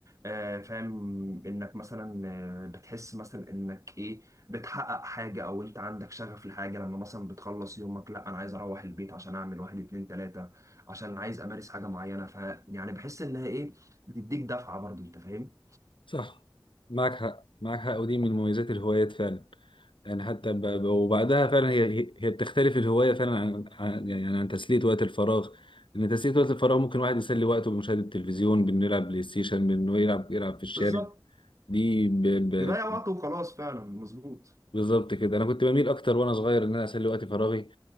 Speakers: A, on the right; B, on the left.
A: آه، فاهم إنك مثلا آه، بتحس مثلا إنك إيه بتحقق حاجة أو أنت عندك شغف لحاجة لما مثلا بتخلص يومك لا أنا عايز أروح البيت عشان أعمل واحد اتنين تلاتة عشان عايز أمارس حاجة معينة ف يعني بحس إنها إيه بتديك دفعة برضو أنت فاهم؟
B: صح معك حق معك حق ودي من مميزات الهوايات فعلا يعني حتى ب... ب- وبعدها فعلا هي هي هي بتختلف الهواية فعلا عن عن- يعني عن تسلية وقت الفراغ ان تسلية وقت الفراغ ممكن واحد يسلي وقته بمشاهدة التلفزيون بانه يلعب بلاي ستيشن بانه يلعب يلعب في الشارع
A: بالظبط
B: دي ب... ب...
A: يضيع وقته وخلاص فعلا مظبوط
B: بالظبط كده انا كنت بميل اكتر وانا صغير ان انا اسلي وقت فراغي